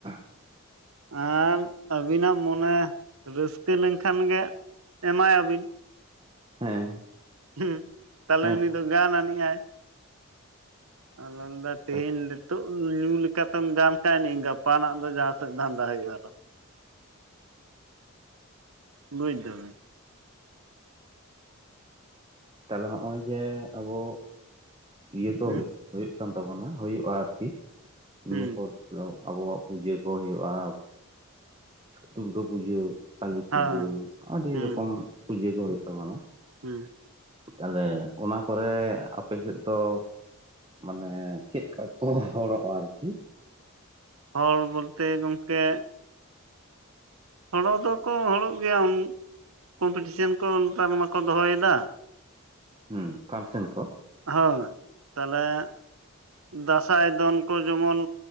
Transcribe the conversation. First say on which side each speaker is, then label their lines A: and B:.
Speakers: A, on the right; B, on the right.
A: ᱾
B: ᱟᱱ ᱟᱹᱵᱤᱱᱟᱜ ᱢᱚᱱᱮ ᱨᱟᱹᱥᱠᱟᱹ ᱞᱮᱱ ᱠᱷᱟᱱ ᱜᱮ ᱮᱢᱟᱭᱟᱵᱤᱱ ᱾
A: ᱦᱮᱸ
B: ᱦᱩᱸᱻ ᱛᱟᱞᱦᱮ
A: ᱦᱮᱸᱛᱚ
B: ᱩᱱᱤ ᱫᱚ ᱜᱟᱱ ᱟᱹᱱᱤᱡ-ᱟᱭ ᱾ ᱟᱫᱚᱭ ᱢᱮᱱᱫᱟ ᱛᱮᱦᱮᱸᱧ
A: ᱟᱪᱪᱷᱟ
B: ᱱᱤᱛᱳᱜ ᱧᱩ ᱞᱮᱠᱟᱛᱮᱢ ᱜᱟᱱ ᱛᱟᱭᱱᱤ ᱜᱟᱯᱟᱱᱟᱜ ᱫᱚ ᱢᱟᱦᱟ ᱥᱮᱫ ᱫᱷᱟᱹᱱᱫᱟ ᱦᱩᱭᱩᱜ-ᱟ ᱟᱨᱚ?
A: <inaudible>
B: ᱵᱩᱡᱽ ᱫᱟᱵᱮᱱ?
A: ᱛᱟᱦᱚᱞᱮ ᱦᱚᱜ-ᱚᱭ ᱡᱮ ᱟᱵᱚ ᱤᱭᱟᱹ ᱠᱚ
B: ᱦᱩᱸ
A: ᱦ ᱦᱩᱭᱩᱜ ᱠᱟᱱ ᱛᱟᱵᱚᱱᱟ ᱦᱩᱭᱩᱜ-ᱟ ᱟᱨᱠᱤ ᱱᱤᱭᱟᱹ
B: ᱦᱩᱸ
A: ᱯᱚᱨ᱾ ᱛᱚ ᱟᱵᱚᱣᱟᱜ ᱯᱩᱡᱟᱹ ᱠᱚ ᱦᱩᱭᱩᱜ-ᱟ ᱫᱩᱨᱜᱟᱹ ᱯᱩᱡᱟᱹ ᱠᱟᱞᱤ ᱯᱩᱡᱟᱹ
B: ᱦᱮᱸ
A: ᱟᱹᱰᱤ
B: ᱦᱩᱸ
A: ᱨᱚᱠᱚᱢ ᱯᱩᱡᱟᱹ ᱠᱚ ᱦᱩᱭᱩᱜ ᱛᱟᱵᱚᱱᱟ᱾
B: ᱦᱩᱸ᱾
A: ᱛᱟᱦᱚᱞᱮ ᱚᱱᱟ ᱠᱚᱨᱮ ᱟᱯᱮ ᱥᱮᱫ ᱫᱚ ᱢᱟᱱᱮ ᱪᱮᱫ ᱠᱟ ᱠᱚ ᱦᱚᱲᱚᱜ-ᱟ ᱟᱨᱠᱤ?
B: ᱦᱚᱲ ᱵᱚᱞᱛᱮ ᱜᱚᱝᱠᱮ ᱦᱚᱲᱚ ᱫᱚᱠᱚ ᱦᱚᱲᱚᱜ ᱜᱮᱭᱟ ᱠᱚᱢᱯᱤᱴᱤᱥᱮᱱ ᱠᱚ ᱱᱮᱛᱟᱨᱢᱟᱠᱚ ᱫᱚᱦᱚᱭ ᱮᱫᱟ᱾
A: ᱦᱩᱸ ᱯᱷᱟᱱᱥᱮᱱ ᱠᱚ᱾
B: ᱦᱳᱭ ᱛᱟᱞᱦᱮ ᱫᱟᱸᱥᱟᱭ ᱫᱚᱱ ᱠᱚ ᱡᱮᱢᱚᱱ